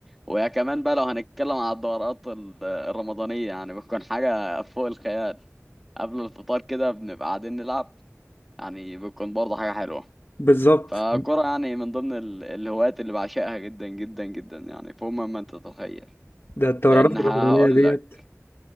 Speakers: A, in the centre; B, on the left.
A: ويا كمان بقى لو هنتكلم على الدورات ال- الرمضانيه يعني بتكون حاجه فوق الخيال قبل الفطار كده بنبقى قاعدين نلعب يعني بتكون برضه حاجه حلوه
B: بالظبط
A: فكرة يعني من ضمن ال- الهوايات اللي بعشقها جدا جدا جدا يعني فوق ما ما انت تتخيل
B: ده الدورات
A: لانها
B: الرمضانيه
A: هقول
B: ديت
A: لك